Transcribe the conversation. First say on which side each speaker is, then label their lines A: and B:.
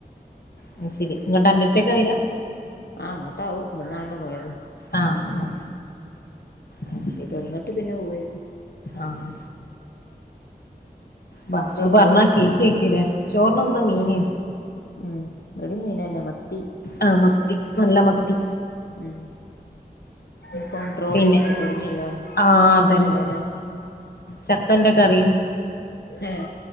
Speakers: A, on the left (about 70°); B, on the left (about 85°).
A: അത് ശരി ഇങ്ങട്ട് അന്റെടുത്തേക്കാ വെരാ
B: ആഹ് അങ്ങട്ടാവും ഇവിടന്നാണല്ലോ പോയത്
A: ആഹ് ആഹ് അത് ശരി
B: വന്നിട്ട് പിന്നെ പോയേക്കും
A: ആഹ് വാ അത് പറഞ്ഞാ
B: ചോറിന്
A: കേകേകുലേ ചോറിന് ഇന്ന് മീന്
B: ഉം ഇവിടും മീന് തന്നെ മത്തി
A: ആഹ് നല്ല മത്തി
B: ഉം ഇപ്പൊ ട്രോളിങ്
A: പിന്നെ
B: തൊടങ്ങിയല്ലോ
A: ആഹ് അതന്നെ
B: നല്ല വെല
A: ചക്കന്റെ കറിയും
B: ഏഹ്